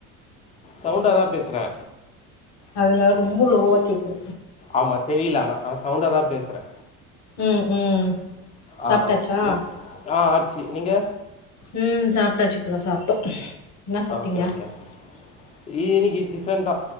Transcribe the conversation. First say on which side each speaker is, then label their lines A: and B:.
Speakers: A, on the left; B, on the left.
A: சவுண்டா தா பேசுறே
B: அதுல ரொம்ப லோவா கேக்குது
A: ஆமா தெரியல ஆனா ஆ சவுண்டா தா பேசுறே
B: ம் ம்
A: ஆ
B: சாப்ட்டாச்சா
A: வெயிட் ஆ ஆச்சி நீங்க
B: ம் சாப்ட்டாச்சி இப்பதா சாப்ட்டோ என்ன சாப்ட்டீங்க
A: ஆ ஓகே ஓகே ஓகே இன்னிக்கி டிஃபன் தா